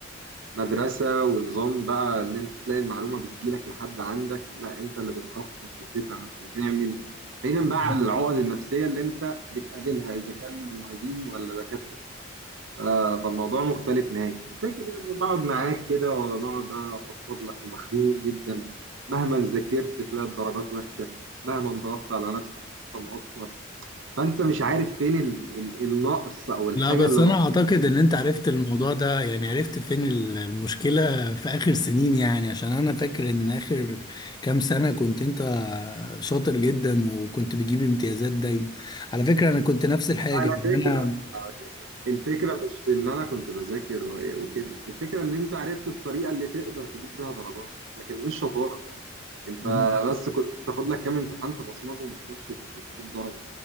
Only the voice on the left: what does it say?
يعني
لا بس
انا
اعتقد ان انت عرفت الموضوع ده يعني عرفت فين ال- المشكلة في اخر سنين يعني عشان انا فاكر ان اخر كام سنة كنت انت شاطر جدا وكنت بتجيب امتيازات دايما على فكرة انا كنت نفس الحاجة
يعني
انا
امم